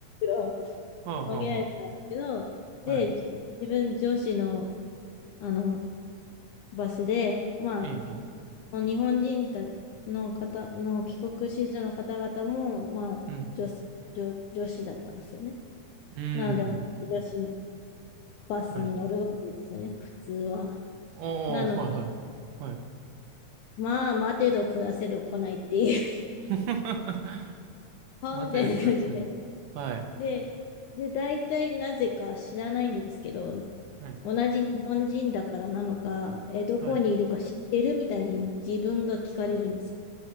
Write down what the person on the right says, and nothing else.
あはあは
あ。はい。
ええ、ええ。
うん。
うー
ん。
はい。
ああ、
はいはい。はい。
<laughs>
熊手で暮らせど。はい。
はい。
はい。